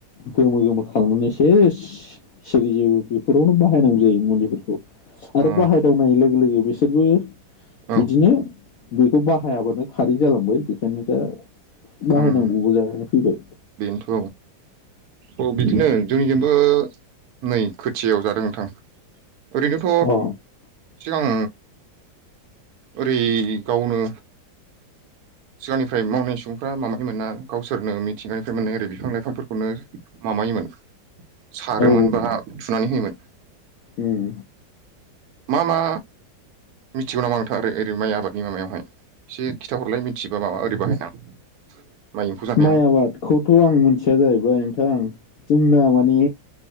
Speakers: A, on the left (about 70°); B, on the right (about 65°).
A: गोमो गोमो खालामनानै से सिरिजि बेफोरावनो बाहायनांगौ जायो। मुलिफोरखौ आरो
B: अ
A: बाहायदावनाय लोगो लोगो बिसोरबो
B: औ
A: बिदिनो बेखौ बाहायाबानो खारै जालांबाय बेखायनो दा बाहायनांगौबो
B: उम
A: जानानै फैबाय
B: बेनोथ' औ बिदिनो जोंनिजोंबो नै खोथियायाव जादों नोंथां ओरैनोथ'
A: अ औ
B: सिगां ओरै गावनो सिगांनिफ्राय मावनाय सुबुंफ्रा माबाय मोना गावसोरनो मिथिंगानिफ्राय मोनो ओरै बिफां लाइफांफोरखौनो माव मायोमोन सारोमोन
A: औ
B: बा थुनानै होयोमोन
A: उम
B: मा मा मिथिगौ नामा आंथार आरो ओरै माइ आबादनि माबायावहाय एसे खिथाहरलाय मिथिबा माबा ओरै बाहायना माइ एम्फौ जानायाव
A: माइ आबादखौथ' आं मिथिया जाहैबाय नोंथां जोंना मानि